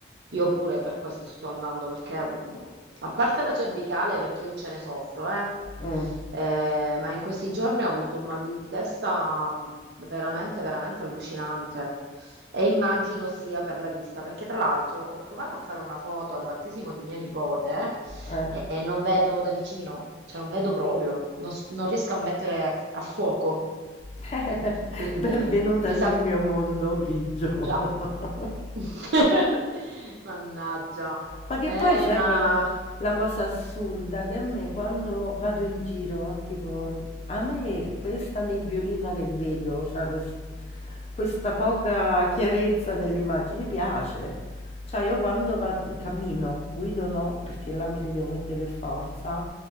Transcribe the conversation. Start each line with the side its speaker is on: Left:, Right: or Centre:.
Right: Io pure per questo sto andando, perché mh, a parte la cervicale, perché io ce ne soffro, eh,
Left: Mm,
Right: eh, ma in questi giorni ho avuto un mal di testa mh, veramente, veramente allucinante. E immagino sia per la vista, perché tra l'altro ho provato a fare una foto al battesimo di mia nipote
Left: eh.
Right: eh, non vedo da vicino, cioè non vedo proprio, non, s- non riesco a mettere a fuoco.
Left: <laughs>
Right: Quindi
Left: Benvenuta
Right: mi
Left: nel
Right: sa
Left: mio mondo grigio.
Right: già.
Left: <laughs>
Right: <laughs> Mannaggia.
Left: Ma che
Right: Eh,
Left: poi sai
Right: ma
Left: qual è la cosa assurda? Che a me quando vado in giro, tipo, a me questa nebbiolina che vedo, cioè quest- questa poca chiarezza nelle immagini piace. Cioè io quando vado, cammino, guido no, perché là me li devo mettere per forza,